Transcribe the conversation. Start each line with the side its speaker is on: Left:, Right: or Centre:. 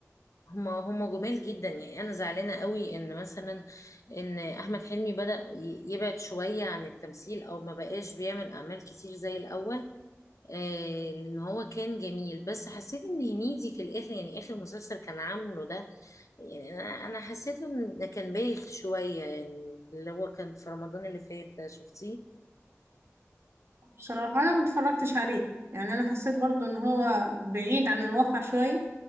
Left: هما هما جمال جدا يعني انا زعلانة قوي ان مثلا ان احمد حلمي بدأ ي- يبعد شوية عن التمثيل او ما بقاش بيعمل اعمال كتير زي الاول آه لان هو كان جميل بس حسيت ان هنيدي في الاخر يعني اخر مسلسل كان عامله ده يعني انا أنا حسيت ان ده كان بايخ شويه يعني اللي هو كان في رمضان اللي فات ده شفتيه
Right: بصراحة أنا ما اتفرجتش عليه يعني أنا حسيت برضو إن هو بعيد عن الواقع شوية